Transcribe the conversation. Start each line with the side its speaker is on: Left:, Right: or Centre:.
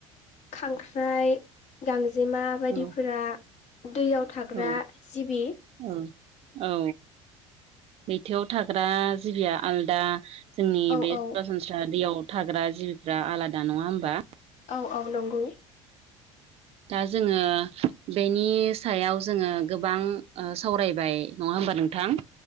Left: खांख्राइ गांजेमा बायदिफोरा
Right: औ
Left: दैयाव थाग्रा
Right: औ
Left: जिबि
Right: औ औ लैथोआव थाग्रा जिबिया आलदा जोंनि
Left: औ
Right: बे
Left: औ
Right: सरासनस्रा दैयाव थाग्रा जिबिफ्रा आलादा नङा होमबा
Left: औ औ नंगौ।
Right: दा जोङो बेनि सायाव जोङो गोबां ओ सावरायबाय। नङा होमबा नोंथां?